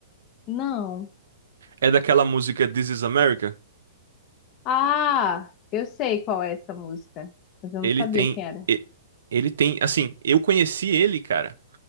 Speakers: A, on the left (about 25°); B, on the right (about 80°).
A: Não.
B: É daquela música This Is America.
A: Ah, eu sei qual é essa música, mas eu
B: Ele
A: não sabia
B: tem.
A: quem era.
B: e- Ele tem. Assim, eu conheci ele, cara.